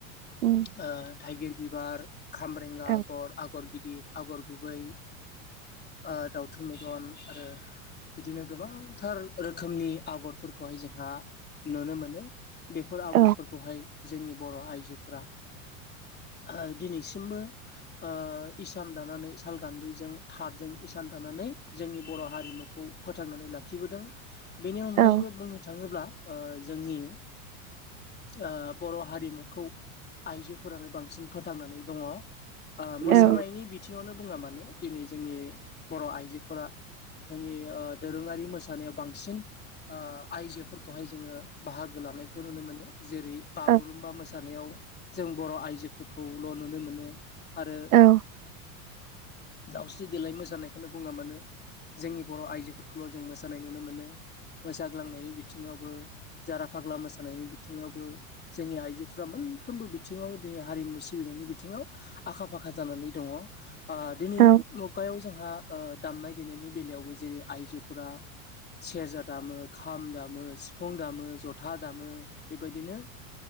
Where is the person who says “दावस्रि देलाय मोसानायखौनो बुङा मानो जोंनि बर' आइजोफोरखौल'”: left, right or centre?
Left